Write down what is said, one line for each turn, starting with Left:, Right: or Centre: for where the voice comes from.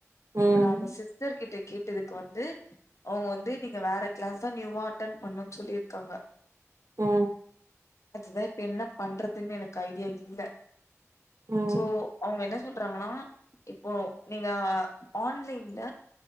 Right: ம்
Left: இப்ப நா அந்த சிஸ்டர் கிட்ட கேட்டதுக்கு வந்து அவங்க வந்து நீங்க வேற கிளாஸா நியூ வா அட்டென் பண்ணுன் சொல்லிருக்காங்க
Right: ஆ
Left: அதுதா இப்ப என்ன பண்றதுன் எனக்கு ஐடியா இல்ல
Right: ம்
Left: சோ அவங்க என்ன சொல்றாங்கனா இப்போ நீங்க ஆன்லைன்ல